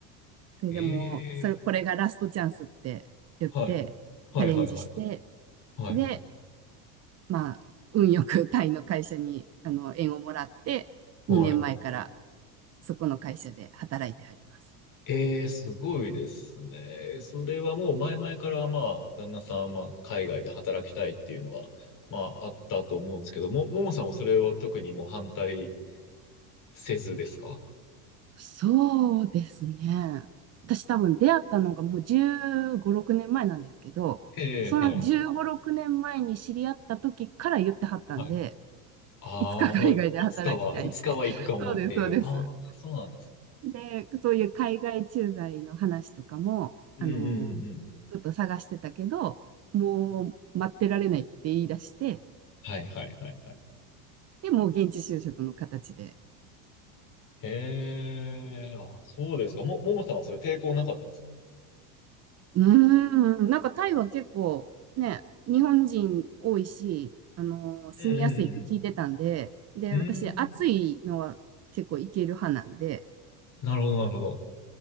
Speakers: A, on the right; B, on the left.
A: それでもう、
B: え
A: それ、これがラストチャンスって言って、
B: ー、はい。はいはいはい
A: チャレンジして、
B: はい。
A: で、まあ、運よくタイの会社に、あの、縁をもらって、
B: はい。
A: 2年前からそこの会社で働いてはります。
B: ええ、すごいですね。それはもう前々からまあ、旦那さんはまあ、海外で働きたいっていうのは、まあ、あったと思うんですけど、も、ももさんはそれは特にもう反対せずですか
A: そうですね。私多分出会ったのがもう15、6年前なんですけど、
B: ええ、
A: その15、
B: はい、
A: 6年前に知り合った時から言ってはったんで、
B: はい。ああ、
A: いつか海外で働きたいって。
B: もう、いつかは、いつかは行くかもっていう。
A: <laughs> そうです、そうです。
B: ああ、そうなんです。
A: で、そういう海外駐在の話とかも、
B: うんうんうんうん。
A: あの、ちょっと探してたけど、もう待ってられないって言い出して、
B: はい、はい、はい、はい。
A: で、もう現地就職の形で。
B: へえ、あ、そうですか。も、ももさんはそれ抵抗なかったんですか
A: うーん、なんかタイは結構ね、日本人多いし、あのー住みやすいって聞いてたんで、
B: うんうん
A: で、
B: うんうん。
A: 私、暑いのは結構いける派なんで、
B: うーん、なるほど、なるほど。